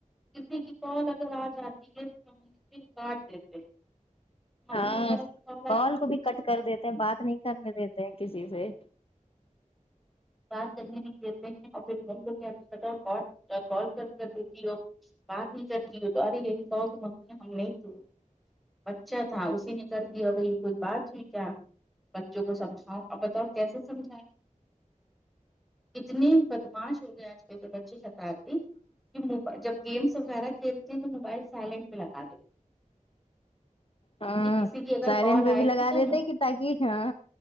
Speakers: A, in the centre; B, on the left.
A: کسی کی کال اگر آ جاتی ہے ہم سے کاٹ دیتے ہیں ممی
B: ہاں
A: وغیرہ کی آ
B: کال
A: جاتی
B: کو بھی کٹ کر دیتے ہیں
A: ہے
B: بات نہیں کرنے دیتے ہیں کسی سے
A: بات کرنے ل لیتے ہیں اور پھر ان لو اچھ کال کر کر دیتی ہو بات نہیں کرتی ہو تو ارے یہی کہو کہ ممی ہم نہیں تو اچھا تھا اسی نے کر دیا بھائی کوئی بات ہوئی کیا بچوں کو سمجھاؤ اور بتاؤ کیس سمجھائیں اتنی بدماش ہو گئے آج کل کے بچی ست آتی کہ م جب گیمس وغیرہ کھیلتے ہیں تو موبائل سائلنٹ بھیہ لگا دیتے
B: ہاں
A: کہ کسی کی اگر
B: سائلینٹ
A: کال
B: پہ
A: آئے
B: بھی لگا
A: گی تو
B: دیتے
A: م-
B: کہ تاکہ ہاں